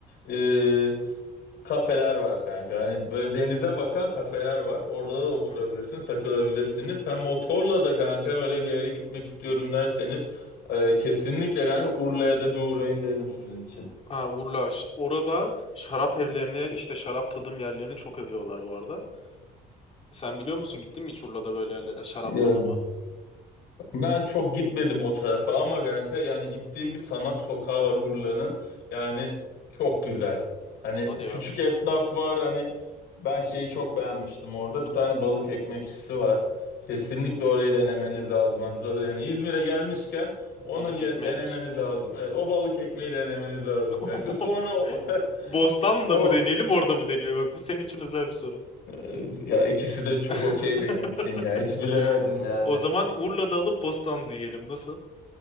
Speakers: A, on the left; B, on the left.
A: e, kafeler var kanka. Hani böyle denize bakan kafeler var. Orada da oturabilirsiniz,
B: Hı hı.
A: takılabilirsiniz. Hem motorla da kanka böyle bir yere gitmek istiyorum derseniz e, kesinlikle kanka Urla'ya da bir uğrayın derim sizin için.
B: Ha Urla ş- orada şarap evlerini işte şarap tadım yerlerini çok övüyorlar bu arada. Sen biliyor musun gittin mi hiç Urla'da böyle yerlere şarap
A: Ya
B: tadıma?
A: Ben çok gitmedim o tarafa ama kanka yani gittiğim bir sanat sokağı var Urla'nın. Yani çok güzel. Hani
B: Hadi ya
A: küçük esnaf var. Hani ben şeyi çok beğenmiştim orada. Bir tane balık ekmekçisi var. Kesinlikle orayı denemeniz lazım. Yani İzmir'e gelmişken
B: balık
A: onu ye-
B: ekmek.
A: denemeniz lazım. Evet, o balık ekmeği denemeniz lazım
B: <laughs>
A: kanka. Sonra o, <laughs>
B: Bostanlı'da
A: o
B: mı deneyelim orada mı deneyelim? Bak bu senin için özel bir soru.
A: e, ya ikisi de çok
B: <laughs>
A: okey benim için ya. Hiç bilemedim yani.
B: O zaman Urla'da alıp Bostanlı diyelim nasıl?